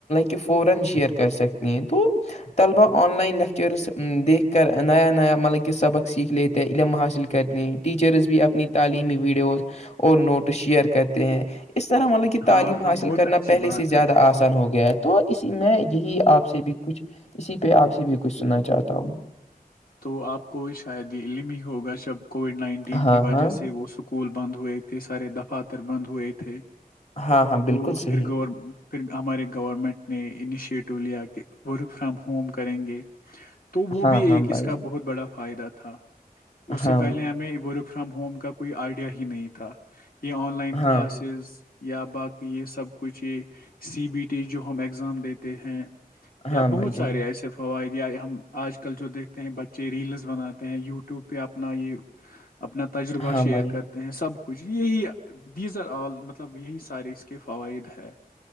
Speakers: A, on the left; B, on the left.
A: چوبیس شیئر کر سکتے ہیں تو طلبا آن لائن لیکچرس دیکھ کر نیا نیا ملب کے سبق سیکھ لیتے علم حاصل کرتے ہیں ٹیچرز بھی اپنی تعلیمی ویڈیوز اور نوٹ شیئر کرتے ہیں اس طرح مطلب کہ تعلیم
B: ہاں
A: حاصل
B: ہاں بہت
A: کرنا
B: اچھی
A: پہلے
B: بات
A: سے زیادہ
B: ہے آپ
A: آسان ہو گیا ہے تو اسی میں یہی آپ سے بھی کچھ اسی پہ آپ سے بھی کچھ سننا چاہتا ہوں
B: تو آپ کو شاید علم ہی ہوگا جب کووڈ نائنٹین
A: ہاں
B: کی وجہ
A: ہاں
B: سے وہ س اسکول بند ہوئے تھے سارے دفاتر بند ہوئے تھے
A: ہاں ہاں بالکل
B: تو
A: صحیح
B: پھر گور پھر ہمارے گورنمنٹ نے انیشیٹو لیا کہ ورک فرام ہوم کریں گے تو وہ
A: ہاں
B: بھی ایک
A: ہاں بھائی
B: اس کا بہت بڑا فائدہ تھا اس سے
A: ہاں
B: پہلے ہمیں وہ رک فرام ہوم کا کوئی آئیڈیا ہی نہیں تھا یہ آن لائن کلاسز
A: ہاں
B: یا باقی یہ سب کچھ یہ سی بی ٹی جو ہم اگزام دیتے ہیں یا
A: ہاں
B: بہت
A: بھائی جان
B: سارے ایسے فوائد یا ہم آج کل جو دیکھتے ہیں بچے ریلز بناتے ہیں یوٹیوب پہ اپنا یہ اپنا تجربہ
A: ہاں
B: شیئر
A: بھائی
B: کرتے ہیں سب کچھ یہی دییزر آل مطلب یہی سارے اس کے فوائد ہے